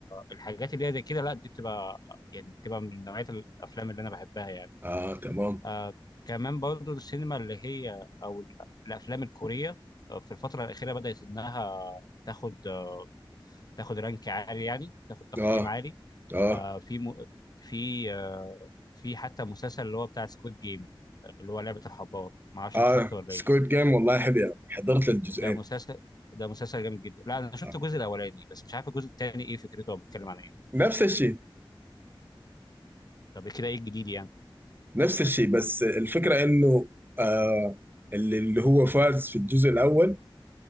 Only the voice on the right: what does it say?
اه تمام
اه
اه
اه
سكويد
جيم والله حلو يعني، حضرت الجزئين
آه.
نفس الشيء
نفس الشيء بس الفكره انه آه اللي اللي هو فارز في الجزء الاول